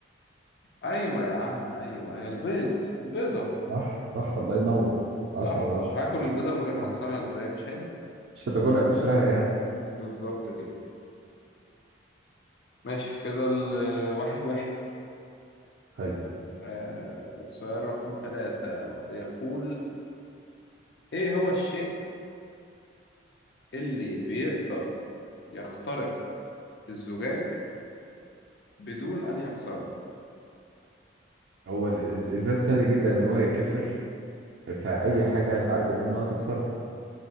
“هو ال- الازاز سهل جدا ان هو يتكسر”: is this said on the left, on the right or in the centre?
Right